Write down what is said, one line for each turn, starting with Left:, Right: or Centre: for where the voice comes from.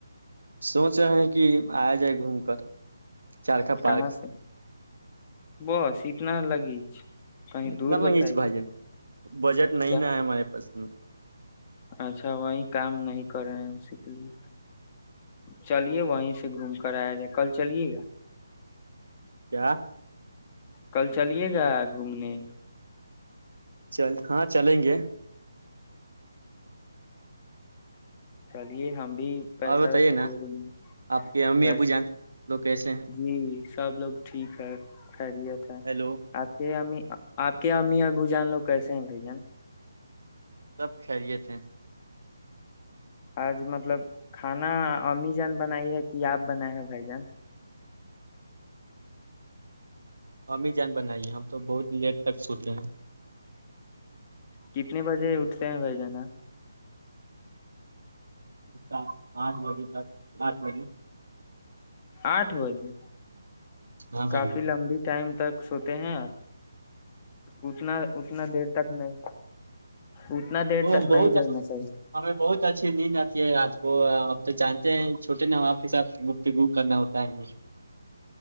Right: سوچ رہے ہیں کہ آ جائے گھوم کر چارخا پارک
Left: کہاں سے بس اتنا لگی کہیں
Right: اتنا
Left: دور
Right: لنگیچ
Left: بتائیے
Right: بھائی بجٹ نہیں
Left: کیا
Right: نا ہے ہمارے پسنا
Left: اچھا وہی کام نہیں کر رہے ہیں اسی کے لیے چلیے وہیں سے گھوم کر آیا جائے کل چلیے گا
Right: کیا
Left: کل چلیے گا گھومنے
Right: چل ہاں چلیں گے
Left: چلیے ہم بھی پیسہ
Right: اور بتائیے
Left: ویسا
Right: نا
Left: دے دیں گے
Right: آپ کے امی
Left: بس
Right: ابو جان لوگ کیسے ہیں
Left: جی سب لوگ ٹھیک ہے خیریت ہے
Right: ہیلو
Left: آپ کے یہیں آپ کے امی ابو جان لوگ کیسے ہیں بھ جان
Right: سب خہریے تھے
Left: آج مطلب کھانا امی جان بنائی ہے کہ آپ بناائے ہیں بھائی جان
Right: ہماممی جان بنائی ہم تو بہت دیر تک سوتے ہیں
Left: کتنے بجے اٹھتے ہیں بھائی جان
Right: کر پانچ بجے تک آچ بجے
Left: آٹھ بجے
Right: ہاں بھائی
Left: کافی لمبی ٹائم تک سوتے ہیں آپ اتنا اتنا دیر تک نہیں اتنا دیر
Right: وہ
Left: تک نہیں
Right: بہت
Left: جگنا چاہیے
Right: ہمیں بہت اچھی نیند آتی ہے آج وہ آپ تو جانتے ہیں چھوٹے نا وہ آپ کے ساتھ گ پ گ کرنا ہوتا ہے ہم